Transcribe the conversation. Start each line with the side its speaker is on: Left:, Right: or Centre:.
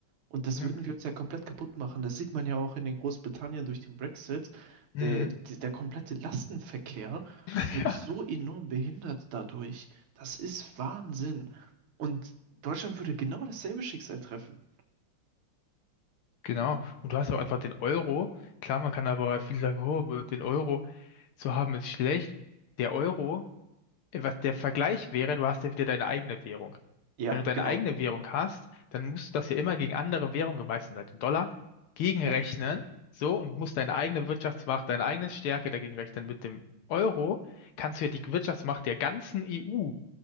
Right: Und das
Left: Ja.
Right: würden wir uns ja komplett kaputt machen. Das sieht man ja auch in den Großbritannien durch den Brexit.
Left: Hm.
Right: Der, der, der komplette Lastenverkehr
Left: <laughs> Ja,
Right: wird so enorm behindert dadurch. Das ist Wahnsinn. Und Deutschland würde genau dasselbe Schicksal treffen.
Left: genau. Und du hast auch einfach den Euro. Klar, man kann aber viele sagen, oh, den Euro zu haben ist schlecht. Der Euro, äh, was der Vergleich wäre, du hast ja wieder deine eigene Währung.
Right: Ja,
Left: Wenn du deine
Right: genau.
Left: eigene Währung hast, dann musst du das ja immer gegen andere Währungen, meistens halt den Dollar, gegenrechnen.
Right: Ja,
Left: So, und musst deine eigene Wirtschaftsmacht, deine eigene Stärke dagegen rechnen. Mit dem Euro kannst du ja die Wirtschaftsmacht der ganzen EU